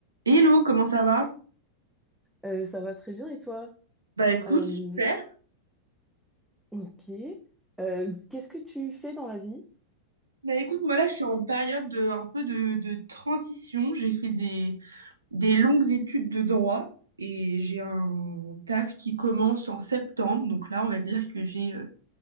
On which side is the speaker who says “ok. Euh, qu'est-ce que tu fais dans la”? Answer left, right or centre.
Centre